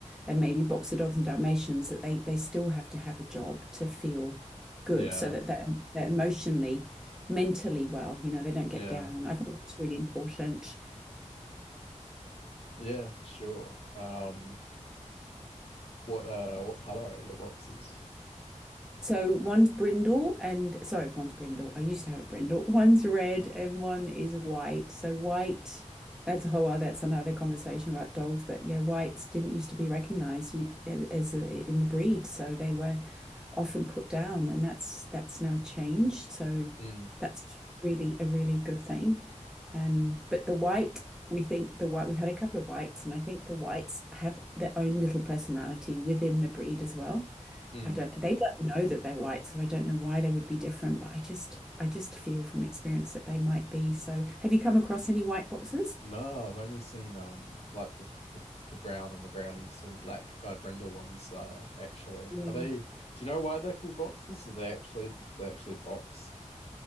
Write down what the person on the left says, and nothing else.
yeah,
yeah.
Yeah, for sure. Um, what uh what color are your boxes?
Hmm.
Hmm.
No, I've only seen um like the the, the brown and the brownie sort of black uh, brindle ones uh actually.
Are they do you know why they're called boxes? Do they actually they actually box?